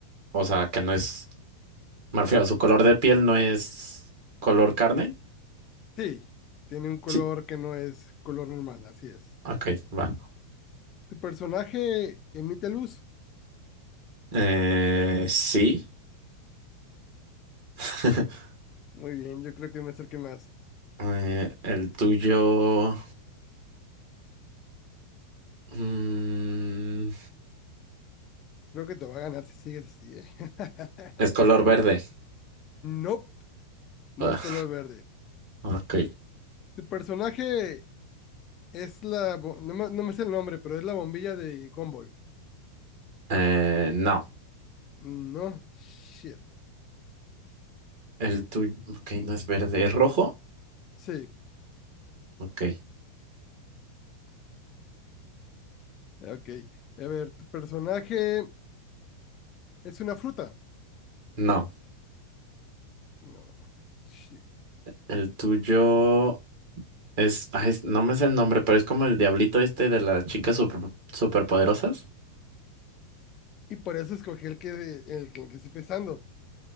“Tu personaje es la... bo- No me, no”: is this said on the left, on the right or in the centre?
Left